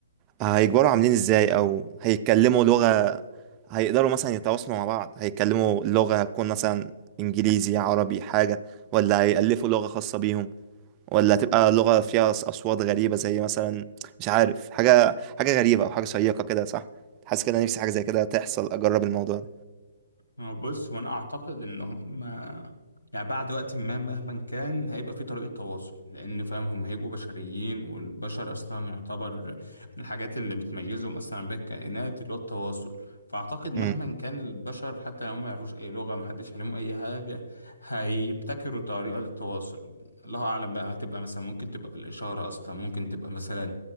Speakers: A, on the right; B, on the left.
A: آه هيكبروا عاملين ازاي او هيتكلموا لغه هيقدروا مثلا يتواصلوا مع بعض هيتكلموا لغه هتكون مثلا انجليزي عربي حاجه ولا هيألفوا لغه خاصه بيهم ولا هتبقى لغة فيها أص- أصوات غريبة زي مثلا مش عارف حاجة حاجة غريبة أو حاجة شيقة كده صح حاسس كده نفسي حاجة زي كده تحصل أجرب الموضوع ده
B: هو بص هو انا اعتقد ان هم يعني بعد وقت ما مهما كان هيبقى في طريقة تواصل لان فاهم هم هيبقوا بشريين والبشر اصلا يعتبر من الحاجات اللي بتميزهم اصلا بين الكائنات اللي هو التواصل فاعتقد مهما
A: امم
B: كان البشر حتى لو هم ما يعرفوش اي لغة محدش عليهم اي حاجة هيبتكروا طريقة للتواصل الله اعلم بقى هتبقى مثلا ممكن تبقى بالاشارة اصلا ممكن تبقى مثلا